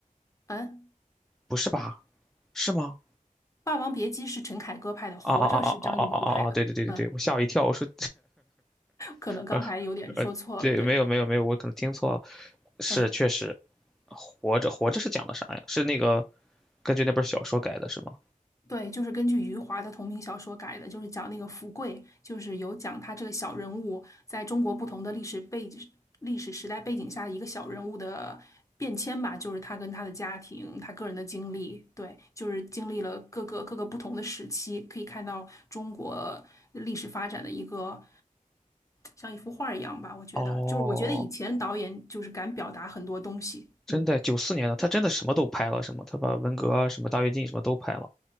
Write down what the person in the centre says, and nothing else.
不是吧？是吗？
啊啊啊啊啊啊啊啊！对对对对对，
我吓我一跳，我说，
<laughs> 呃，对，
没有没有没有，我可能听错了，是确实，
活着活着是讲的啥呀？是那个根据那本小说改的是吗？
哦，
真的，
九四年的，他真的什么都拍了，是吗？他把文革啊、什么大跃进什么都拍了。